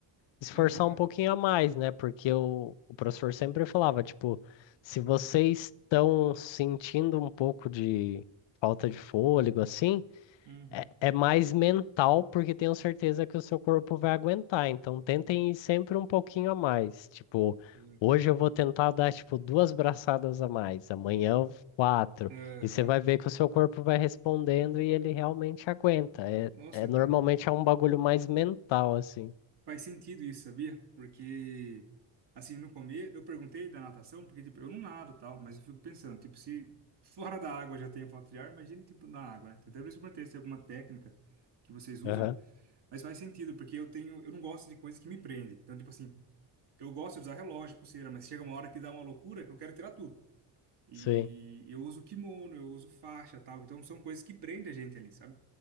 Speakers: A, on the left (about 65°); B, on the right (about 55°).
A: esforçar
B: aham,
A: um pouquinho a mais, né? Porque o, o professor sempre falava, tipo, se vocês estão sentindo um pouco de falta de fôlego, assim,
B: aham, uhum,
A: é mais mental, porque tenho certeza que o seu corpo vai aguentar. Então, tentem ir sempre um pouquinho a mais. Tipo,
B: sim,
A: hoje eu vou tentar dar, tipo, duas braçadas a mais, amanhã eu- quatro.
B: aham.
A: E você vai ver que o seu corpo vai respondendo e ele realmente aguenta. É,
B: Nossa,
A: é normalmente
B: cara.
A: é um bagulho mais mental, assim.
B: Faz sentido isso, sabia? Porque, assim, no começo, eu perguntei da natação, porque, tipo, eu não nado e tal, mas eu fico pensando, tipo, se fora da água eu já tenho falta de ar, imagina, tipo, na água, né? Então, Até por isso eu perguntei se tem alguma técnica que vocês usam,
A: Aham,
B: mas faz sentido, porque eu tenho, eu não gosto de coisa que me prende. Então, tipo assim, eu gosto de usar relógio, pulseira, mas chega uma hora que dá uma loucura que eu quero tirar tudo. E
A: sim.
B: eu uso kimono, eu uso faixa, tal. Então são coisas que prendem a gente ali, sabe?